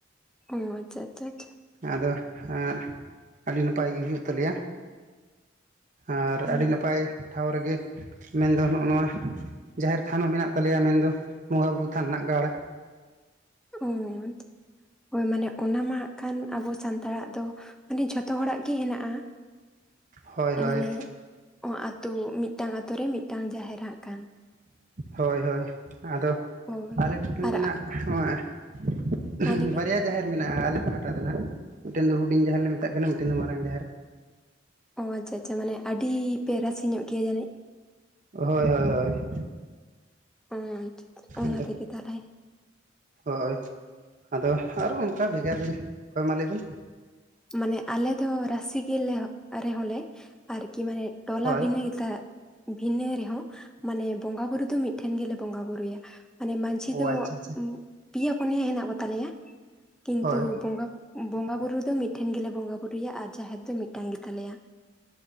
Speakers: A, in the centre; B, on the right (about 40°).
A: ᱚ ᱟᱪᱪᱷᱟ ᱟᱪᱪᱷᱟ ᱟᱪᱪᱷᱟ᱾
B: ᱟᱫᱚ ᱮ ᱟᱹᱰᱤ ᱱᱟᱯᱟᱭ ᱜᱮ ᱦᱩᱭᱩᱜ ᱛᱟᱞᱮᱭᱟ᱾ ᱟᱨ
A: ᱦᱮᱸ
B: ᱟᱹᱰᱤ ᱱᱟᱯᱟᱭ ᱴᱷᱟᱶ ᱨᱮᱜᱮ ᱢᱮᱱᱫᱚ ᱱᱚᱜᱼᱚ ᱱᱚᱣᱟ, ᱡᱟᱦᱮᱸᱨ ᱛᱷᱟᱱ ᱦᱚᱸ ᱢᱮᱱᱟᱜ ᱛᱟᱞᱮᱭᱟ, ᱢᱮᱱᱫᱚ ᱵᱚᱸᱜᱟ ᱵᱩᱨᱩ ᱛᱷᱟᱱ ᱨᱮᱱᱟᱜ ᱜᱟᱲ᱾
A: ᱩᱸᱻ, ᱦᱳᱭ ᱢᱟᱱᱮ ᱚᱱᱟ ᱢᱟ ᱦᱟᱸᱜ ᱠᱷᱟᱱ ᱟᱵᱚ ᱥᱟᱱᱛᱟᱲᱟᱜ ᱫᱚ, ᱢᱟᱱᱮ ᱡᱷᱚᱛᱚ ᱦᱚᱲᱟᱜ ᱜᱮ ᱦᱮᱱᱟᱜᱼᱟ᱾
B: ᱦᱳᱭ ᱦᱳᱭ
A: ᱢᱟᱱᱮ, ᱚ ᱟᱛᱳ ᱢᱤᱫᱴᱟᱝ ᱟᱛᱳ ᱨᱮ ᱢᱤᱫᱴᱟᱝ ᱡᱟᱦᱮᱨ ᱦᱟᱸᱜ ᱠᱷᱟᱱ᱾
B: ᱦᱳᱭ ᱦᱳᱭ, ᱟᱫᱚ
A: ᱦᱳᱭ
B: ᱟᱞᱮ ᱴᱷᱮᱱ
A: ᱟᱨ
B: ᱫᱚ ᱱᱟᱦᱟᱜ <inaudible>
A: ᱢᱟ ᱞᱟᱹᱭ ᱵᱤᱱ
B: ᱵᱟᱨᱭᱟ ᱡᱟᱦᱮᱨ ᱢᱮᱱᱟᱜᱼᱟ ᱟᱞᱮ ᱯᱟᱦᱟᱴᱟ ᱫᱚ ᱱᱟᱦᱟᱜ, ᱢᱤᱫᱴᱮᱱ ᱫᱚ ᱦᱩᱰᱤᱧ ᱡᱟᱦᱮᱨ ᱞᱮ ᱢᱮᱛᱟᱜ ᱠᱟᱱᱟ ᱢᱤᱫᱴᱮᱱ ᱫᱚ ᱢᱟᱨᱟᱝ ᱡᱟᱦᱮᱨ᱾
A: ᱚ ᱟᱪᱪᱷᱟ ᱟᱪᱪᱷᱟ ᱢᱟᱱᱮ ᱟᱹᱰᱤ ᱯᱮ ᱨᱟᱥᱤ ᱧᱚᱜ ᱜᱮᱭᱟ ᱡᱟᱹᱱᱤᱡ?
B: ᱦᱳᱭ ᱦᱳᱭ ᱦᱳᱭ᱾
A: ᱚᱻ, ᱚᱱᱟ
B: ᱟᱫᱚ
A: ᱛᱮᱜᱮ ᱛᱟᱦᱟᱞᱮ᱾
B: ᱦᱳᱭ, ᱟᱫᱚ ᱟᱨᱚ ᱚᱝᱠᱟ ᱵᱷᱮᱜᱟᱨ, <inaudible> ᱦᱚᱭ ᱢᱟ ᱞᱟᱹᱭ ᱵᱤᱱ᱾
A: ᱢᱟᱱᱮ ᱟᱞᱮ ᱫᱚ ᱨᱟᱥᱤ ᱜᱮ ᱨᱮᱦᱚᱸ ᱞᱮ ᱟᱨᱠᱤ ᱢᱟᱱᱮ ᱴᱚᱞᱟ
B: ᱦᱳᱭ
A: ᱵᱷᱤᱱᱟᱹ ᱜᱮ ᱛᱟ ᱵᱷᱤᱱᱟᱹ ᱨᱮᱦᱚᱸ ᱢᱟᱱᱮ ᱵᱚᱸᱜᱟ ᱵᱩᱨᱩ ᱫᱚ ᱢᱤᱫ ᱴᱷᱮᱱ ᱜᱮᱞᱮ ᱵᱩᱨᱩᱭᱟ᱾ ᱢᱟᱱᱮ ᱢᱟᱺᱡᱷᱤ
B: ᱚ
A: ᱫᱚ
B: ᱟᱪᱪᱷᱟ ᱟᱪᱪᱷᱟ
A: ᱯᱮᱭᱟ ᱯᱩᱱᱭᱟ ᱦᱮᱱᱟᱜ ᱠᱚ ᱛᱟᱞᱮᱭᱟ, ᱠᱤᱱᱛᱩ
B: ᱦᱳᱭ
A: ᱵᱚᱸᱜᱟ ᱵᱚᱸᱜᱟ ᱵᱩᱨᱩ ᱫᱚ ᱢᱤᱫ ᱴᱷᱮᱱ ᱜᱮᱞᱮ ᱵᱚᱸᱜᱟ ᱵᱩᱨᱩᱭᱟ ᱟᱨ ᱡᱟᱦᱮᱨ ᱫᱚ ᱢᱤᱫᱴᱟᱝ ᱜᱮ ᱛᱟᱞᱮᱭᱟ᱾